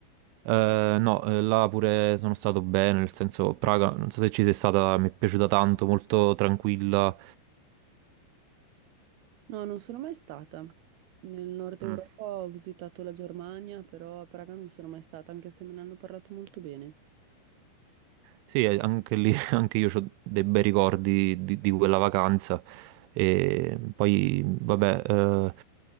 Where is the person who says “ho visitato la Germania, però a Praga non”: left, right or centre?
Right